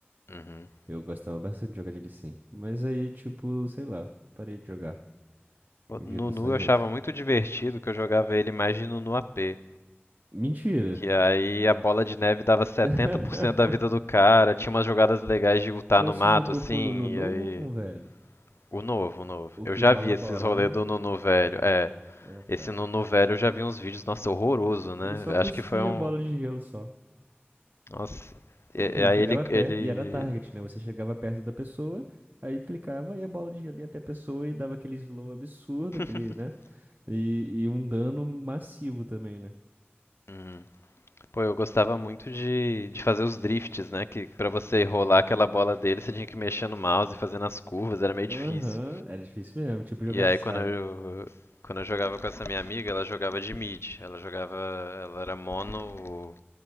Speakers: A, on the left; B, on the right.
A: Uhum.
B: Eu gostava bastante de jogar de Lee Sin. Mas aí, tipo, sei lá, parei de jogar.
A: O
B: Um dia
A: Nunu
B: tá só em
A: eu achava
B: outros.
A: muito divertido que eu jogava ele mais de Nunu AP.
B: Mentira!
A: Que aí a bola de neve dava 70%
B: <laughs>
A: da vida do cara, tinha umas jogadas legais de lutar
B: Mas
A: no mato,
B: você jogou
A: assim,
B: com o Nuno novo
A: e aí.
B: ou com o velho?
A: O novo, o novo.
B: O
A: Eu
B: que
A: já
B: rola
A: vi esses
B: a bola,
A: rolês
B: né?
A: do Nunu velho. É,
B: Ah,
A: esse
B: tá.
A: Nunu velho eu já vi uns vídeos, nossa, horroroso, né?
B: Ele só cuspia
A: Acho que foi um.
B: a bola de gelo só.
A: Nossa. E,
B: <laughs> Ele
A: e aí
B: chegava
A: ele.
B: perto
A: ele...
B: e era target, né? Você chegava perto da pessoa, aí clicava e a bola de gelo ia até a pessoa e dava aquele slow absurdo,
A: <laughs>
B: aquele, né? E, e um dano massivo também, né?
A: Hum. Pô, eu gostava muito de, de fazer os drifts, né? Que pra você rolar aquela bola dele, você tinha que mexer no mouse e fazendo as curvas, era meio
B: Aham,
A: difícil.
B: era difícil mesmo, tipo jogar
A: E aí
B: de saia.
A: quando eu, quando eu jogava com essa minha amiga, ela jogava de mid. Ela jogava. Ela era mono.